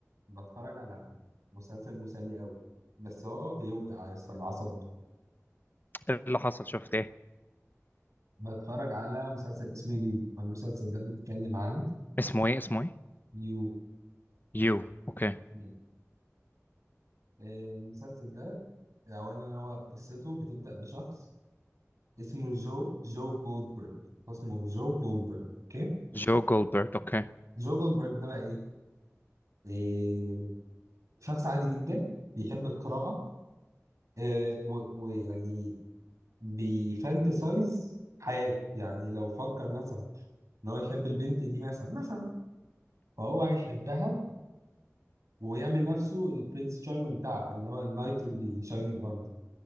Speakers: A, on the right; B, on the left.
A: بتفرج على مسلسل مسلي قوي بس هو بيوجع يس الأعصاب
B: إيه اللي حصل شفت ايه
A: بتفرج على مسلسل اسمه يو المسلسل ده بيتكلم عن
B: اسمه ايه اسمه ايه
A: يو
B: يو اوكي
A: مين. آه، المسلسل ده أولا هو قصته بتبدأ بشخص اسمه جو جو جولدبرج اسمه جو جولدبرج أوكي
B: جو جولبرت اوكي
A: جو جولدبرج ده بقى إيه؟ إيه شخص عادي جدا بيحب القراءة آه، و- ويعني بيفانتسايز حياته يعني لو فكر مثلا ان هو يحب البنت دي مثلا مثلا فهو هيحبها ويعمل نفسه البرنس تشارمينج بتاعها اللي هو النايت ان دي شاينينج ارمر